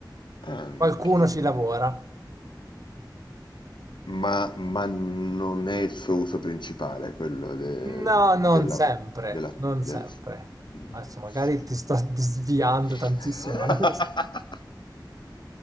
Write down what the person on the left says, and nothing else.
Anche.
Ma, ma non è il suo uso principale, quello de-
della,
della,
delle...
No,
se-
<laughs>